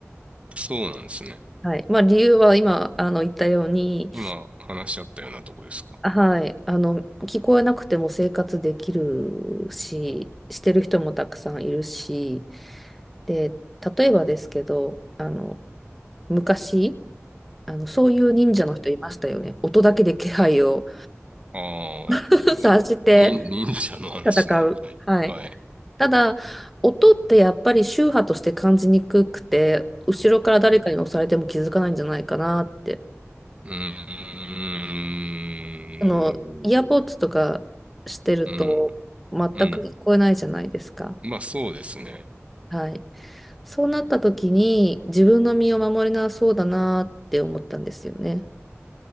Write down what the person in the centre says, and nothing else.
はい。まあ、理由は今、あの、言ったように、
はい。あの、聞こえなくても生活できるし、してる人もたくさんいるし、で、例えばですけど、あの、昔、あの、そういう忍者の人いましたよね。
音だけで気配を
<laughs>
察して
戦う。
はい。
ただ、音ってやっぱり周波として感じにくくて、後ろから誰かに押されても気づかないんじゃないかなって。
あの、イヤーポッツとかしてると、
全く聞こえないじゃないですか。
はい。そうなった時に自分の身を守れなそうだなって思ったんですよね。